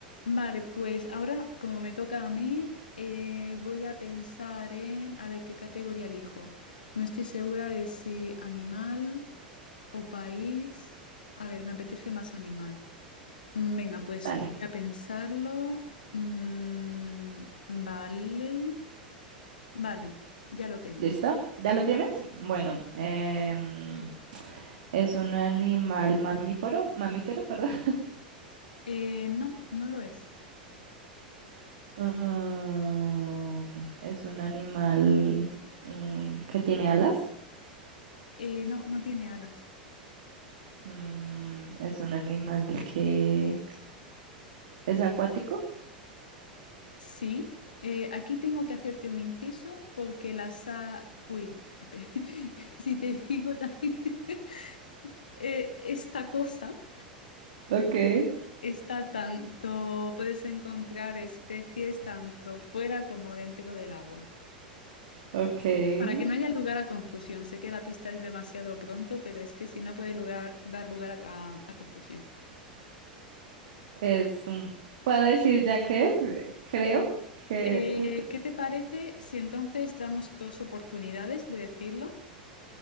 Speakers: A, on the left; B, on the right.
A: Vale, pues ahora, como me toca a mí, eh, voy a pensar en, a ver, qué categoría elijo. No estoy segura de si animal o país. A ver, me apetece más animal. Mm, Venga, pues
B: Dale,
A: voy a pensarlo. Mm, vale, vale, ya lo tengo.
B: ¿listo? ¿Ya lo tienes? Bueno,
A: Sí.
B: em, es un animal mamífero, mamífero, perdón. <laughs>
A: Eh, no, no lo es.
B: Ah, es un animal mm, que tiene alas.
A: Eh, no, no tiene alas.
B: Mm, es un animal que es acuático.
A: Sí, eh, aquí tengo que hacerte un inciso porque la sa... Uy, <laughs> si te digo también... <laughs> eh, esta cosa
B: Okay,
A: está tanto... Puedes encontrar especies tanto fuera como dentro del agua.
B: okay.
A: Para que no haya lugar a confusión. Sé que la pista es demasiado pronto, pero es que si no puede lugar, dar lugar a, a- a confusión.
B: Es un, puedo decir ya que es, Eh, creo que
A: Eh,
B: un, pi-
A: ¿qué te parece si entonces damos dos oportunidades de decirlo?